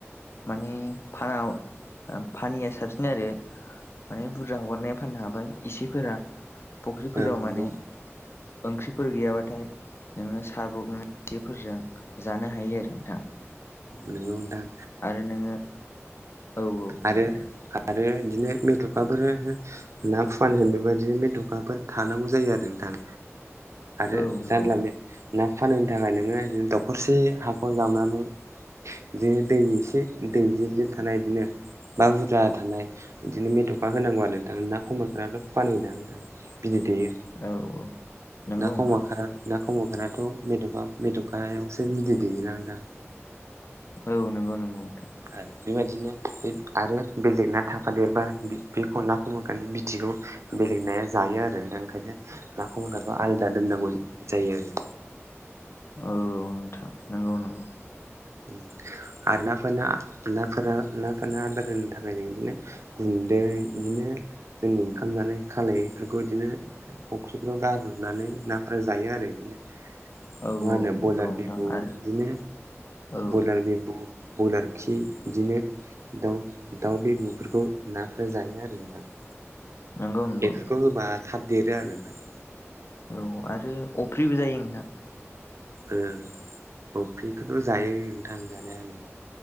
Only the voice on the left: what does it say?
माने फाना फानिया साबसिन आरो माने बुरजा हगारनाया फाननो हाबाय इसेफोरा फुख्रिफोराव
माने ओंख्रिफोर गैयाबाथाय नोङो सारब्रबनानै थिफोरजों जानो हायो आरो नोंथां
आरो नोङो औ औ बुं
नोंथां।
बुं नोंथां
औ नंगौ
नोंथां
औ नंगौ नंगौ नों थां।
औ औ नोंथां नंगौ नंगौ ‌
औ औ
नंगौ
नोंथां आरो
औ
नंगौ नंगौ
औ आरो अफ्रिबो जायो नोंथां।